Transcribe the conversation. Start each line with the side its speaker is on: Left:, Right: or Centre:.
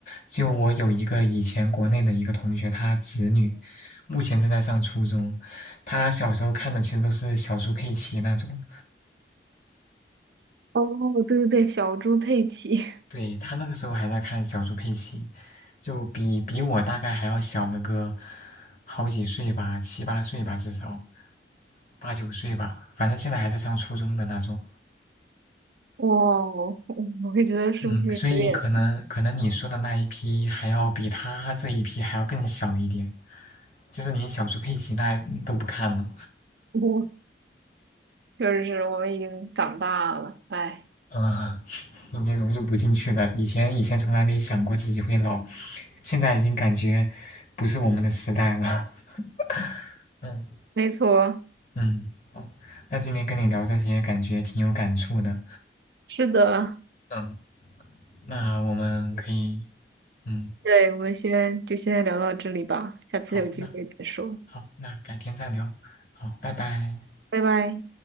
Left: 就我有一个以前国内的一个同学，他侄女，目前正在上初中，他小时候看的其实都是小猪佩奇那种。
Right: 哦，对对对，小猪佩奇
Left: 对，他那个时候还在看小猪佩奇，就比比我大概还要小那个好几岁吧，七八岁吧，至少八九岁吧，反正现在还在上初中的那种。
Right: <laughs>，哇哦，<laughs> 我我会觉得是不是有点，
Left: 嗯，所以可能可能你说的那一批还要比他这一批还要更小一点，就是连小猪佩奇那都不看了，
Right: <laughs> 就是我们已经长大了，哎，
Left: 嗯、<laughs> 已经融入不进去了。以前以前从来没想过自己会老，现在已经感觉不是我们的时代了。<laughs> 嗯。
Right: 没错，
Left: 嗯，好，那今天跟你聊这些，感觉挺有感触的。
Right: 是的。
Left: 嗯，那我们可以，嗯，
Right: 对，我们先就先聊到这里吧，下次有机会再说，
Left: 好，那好，那改天再聊。好，拜拜。
Right: 拜拜。